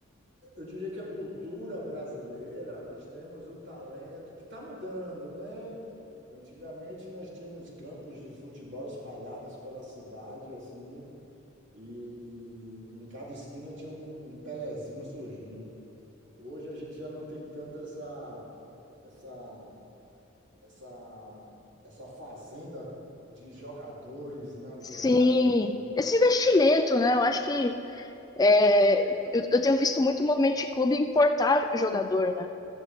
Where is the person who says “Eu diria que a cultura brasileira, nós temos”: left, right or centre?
Right